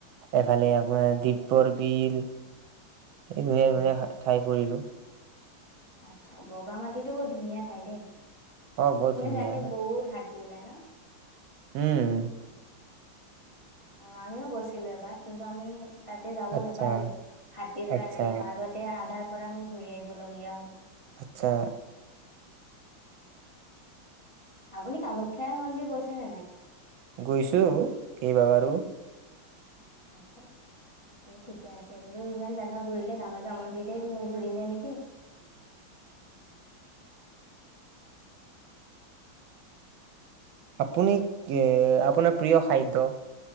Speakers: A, on the right; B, on the left.
A: এফালে আপোনাৰ দিপৰ বিল ধুনীয়া
B: অ
A: ধুনীয়া ঠাই ফুৰিলো
B: আচ্ছা বগা মাটিতো বহুত ধুনীয়া ঠাই দেই
A: অ বহুত
B: কিন্তু
A: ধুনীয়া
B: তাতে বহুত হাত- তি ওলাই ন?
A: উম।
B: অ', আমিও গৈছিলো এবাৰ কিন্তু আমি তাতে যাব
A: আচ্ছা
B: নোপালোগে হাতীৰ
A: আচ্ছা
B: কাৰণে মাজতে আধা পৰা আমি ঘূৰি আহিবলগীয়া হ'ল।
A: আচ্ছা।
B: আপুনি কামাখ্যাই মন্দিৰ গৈছেনে নাই?
A: গৈছো কেইবাবাৰু।
B: আচছা দে ঠিকে আছে বোলো ইমান জোগা ঘূৰিলে কামাখ্যা মন্দিৰ গেং ন ঘূৰিলে নে কি?
A: আপুনি এ আপোনাৰ প্ৰিয় খাদ্য?